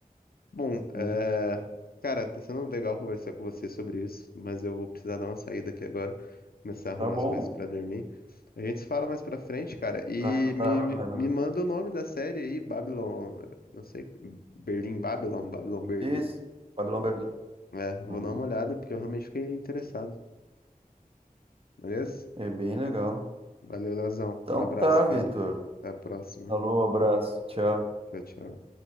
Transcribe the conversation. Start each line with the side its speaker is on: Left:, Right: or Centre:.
Left: Bom, é...
Right: Sim.
Left: cara, tá sendo legal conversar com você sobre isso, mas eu vou precisar dar uma saída aqui agora, começar a arrumar
Right: Tá bom.
Left: as coisas pra dormir. A gente se fala mais pra frente, cara, e
Right: Vai
Left: me,
Right: lá,
Left: me,
Right: vai lá.
Left: me manda o nome da série aí, Babylon, não sei, Berlim Babylon, Babylon Berlim.
Right: Isso. Babylon Berlim.
Left: É, vou
Right: Uhum.
Left: dar uma olhada porque eu realmente fiquei interessado, beleza?
Right: É bem
Left: Va-
Right: legal.
Left: Valeu, Leozão.
Right: Então
Left: Um abraço,
Right: tá,
Left: cara.
Right: Vitor.
Left: Até a próxima.
Right: Alô, abraço. Tchau.
Left: Tchau, tchau.